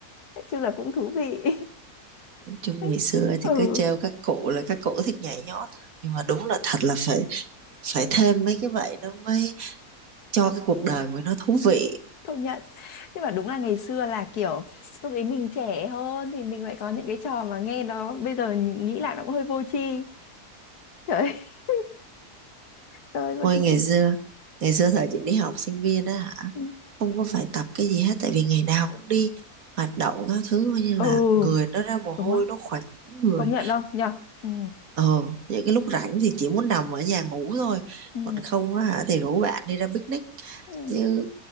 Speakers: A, on the left; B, on the right.
A: Chứ là cũng thú vị.
B: chung
A: <laughs>
B: ngày xưa thì
A: ừ
B: cứ trêu các cụ là các cụ thích nhảy nhót nhưng mà đúng là thật là phải phải thêm mấy cái vậy nó mới cho cái cuộc đời mình nó thú vị
A: công nhận nhưng mà đúng là ngày xưa là kiểu lúc ấy mình trẻ hơn thì mình lại có những cái trò mà nghe nó bây giờ nhìn- nghĩ lại nó cũng hơi vô tri trời ơi <laughs> trời ơi, vô
B: Ôi
A: tri
B: ngày xưa, ngày xưa thời chị đi học sinh viên á hả,
A: ừ
B: không có phải tập cái gì hết tại vì ngày nào cũng đi hoạt động các thứ coi như là
A: Ừ,
B: người nó ra mồ hôi
A: đúng không
B: nó khỏe người.
A: công nhận không nhở ừ
B: Ờ, những cái lúc rảnh thì chỉ muốn nằm ở nhà ngủ thôi,
A: ừ
B: còn không á hả thì rủ bạn đi ra picnic
A: ừ
B: chứ